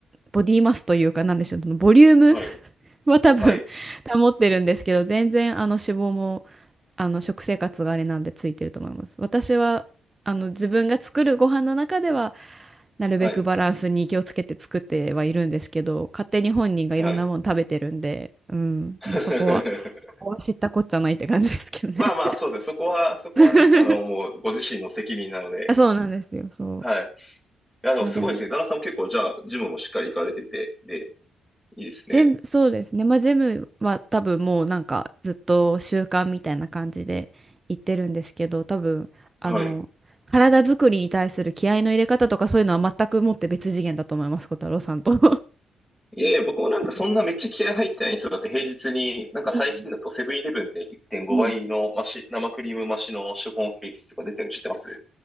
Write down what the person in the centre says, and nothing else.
はい。
はい。
はい。はい。
<laughs>
まあまあ、そうです。そこは、そこはね、
あの、もう、ご自身の責任なので、
はい。いや、でもすごいですね。
旦那さんも結構、じゃあ、ジムもしっかり行かれてて、で、いいですね。
はい。
いやいや、僕もなんかそんなめっちゃ気合入ってない人だって平日に、
なんか最近だとセブンイレブンで1.5倍の増し、
生クリーム増しのシフォンケーキとか出てるの知ってます